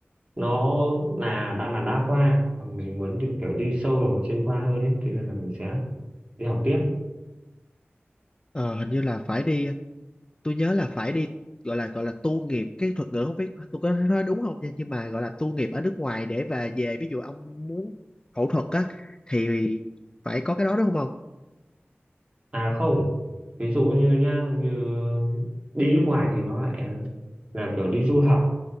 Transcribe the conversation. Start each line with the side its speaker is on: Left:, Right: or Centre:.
Right: nó là đang là đa khoa còn mình muốn đi kiểu đi sâu vào một chuyên khoa hơn ấy cho nên là mình sẽ đi học tiếp
Left: ờ, hình như là phải đi tôi nhớ là phải đi gọi là gọi là tu nghiệp cái thuật ngữ không biết tôi có nói đúng không nha nhưng mà gọi là tu nghiệp ở nước ngoài để và về ví dụ ông muốn phẫu thuật á thì phải có cái đó đúng không ông
Right: à không ví dụ như nhá như đi nước ngoài thì nó lại là kiểu đi du học